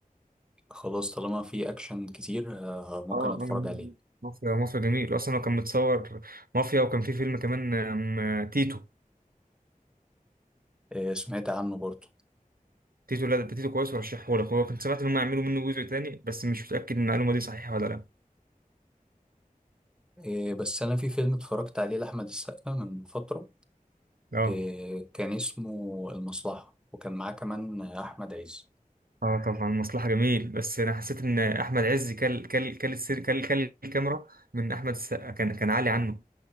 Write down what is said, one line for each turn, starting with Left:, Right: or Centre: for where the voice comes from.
Centre: خلاص طالما فيه اكشن كتير آه ممكن
Right: اه
Centre: اتفرج
Right: آه،
Centre: عليه
Right: مافيا مافيا جميل اصلا هو كان متصور مافيا وكان في فيلم كمان آم، تيتو
Centre: إيه سمعت عنه برضه
Right: تيتو لا ده تيتو كويس ورشحه لك هو كنت سمعت ان هم يعملوا منه جزء تاني بس مش متاكد ان المعلومه دي صحيحه ولا لا
Centre: إيه بس انا في فيلم اتفرجت عليه لاحمد السقا من فتره
Right: اه
Centre: إيه كان اسمه المصلحه وكان معاه كمان احمد عز
Right: اه طبعا مصلحه جميل بس انا حسيت ان احمد عز كل كل كل السير كل كل الكاميرا من احمد السقا كان كان عالي عنه